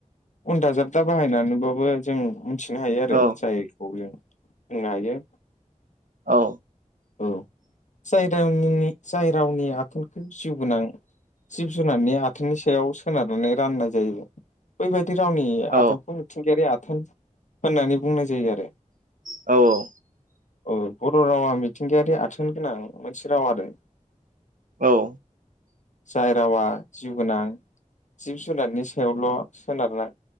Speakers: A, on the left; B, on the right.
A: उन दाजाबदा बाहायनानैबाबो जों मोनथिनो हायो
B: औ
A: आरो जायखौ जों बुंनो हायो।
B: औ
A: औ जाय रावनिनि जाय रावनि आथोनखौ जिउ गोनां जिब जुनारनि आथोनि सायाव सोनारनानै राननाय जायो बैबायदि बादि रावनि
B: औ
A: आथोनखौ मिथिंगायारि आथोन होननानै बुंनाय जायो आरो
B: औ औ
A: औ बर' रावा मिथिंगायारि आथोन गोनां मोनसे राव आरो
B: औ
A: जाय रावा जिउ गोनां जिब जुनारनि सायावल' सोनारना